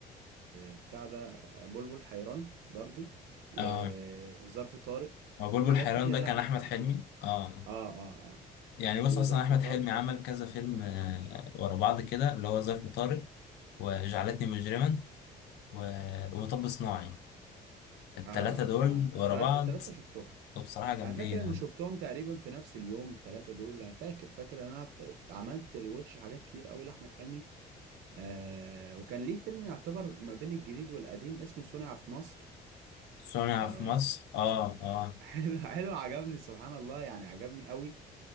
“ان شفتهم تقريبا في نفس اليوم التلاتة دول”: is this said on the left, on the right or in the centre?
Right